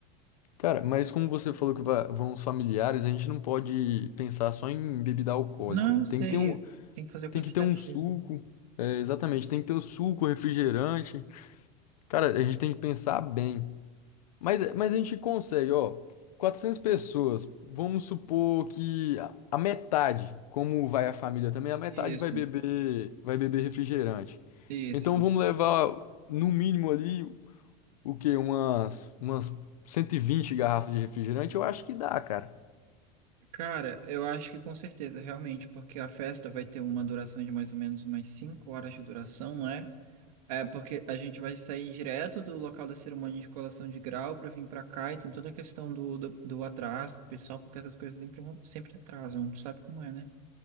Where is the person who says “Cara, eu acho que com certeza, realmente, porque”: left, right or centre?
Right